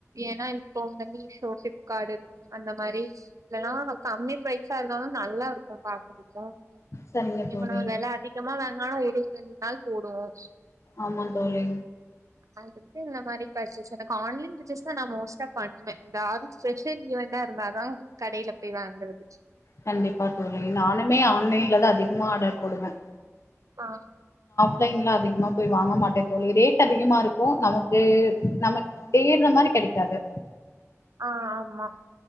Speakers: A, on the right (about 85°); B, on the left (about 60°).
A: ஏன்னா போன் பண்ணி ஷோடிப்கார்டு அந்த மாதிரி இதெல்லாம் கம்மி ப்ரைஸா இருந்தாலும் நல்லா இருக்கும் பாக்கறதுக்கு
B: சரிங்க தோழி
A: இப்ப நம்ம வெல அதிகமா வாங்குனாலு ஊத் இன்னு ரெண்டு நாள் போடுவோம்
B: ஆமா தோழி
A: அதுக்கு இந்த மாதிரி பர்ச்சஸ் எனக்கு ஆன்லைன் பர்ச்சஸ் தான் நான் மோஸ்ட்டா பண்ணுவேன் யாரும் ஸ்பெஷல் ஈவெண்டா இருந்தாதான் கடையில போய் வாங்குறது
B: கண்டிப்பா தோழி நானுமே ஆண்லயே தான் அதிகமா ஆர்டர் போடுவேன்
A: ஆஹ்
B: வெளிலைல அதிகமா போய் வாங்க மாட்டே தோழி ரேட் அதிகமா இருக்கும் நமக்கு நமக்கு தேடுற மாதிரி கிடைக்காது
A: ஆஹ் ஆமா